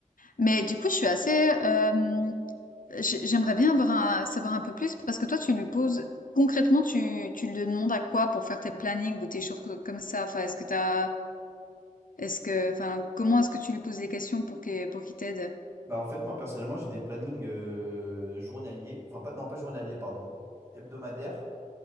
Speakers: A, on the left; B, on the right.
A: Mais du coup, je suis assez, euh, j'ai- j'aimerais bien avoir un- savoir un peu plus parce que toi, tu lui poses, concrètement, tu, tu lui demandes à quoi pour faire tes plannings ou tes choses co- comme ça. Enfin, est-ce que t'as, est-ce que, enfin, comment est-ce que tu lui poses des questions pour qu'il, pour qu'il t'aide?
B: Bah, en fait, moi, personnellement, j'ai des plannings euh, journaliers, enfin, pas... non, pas journaliers, pardon, hebdomadaires.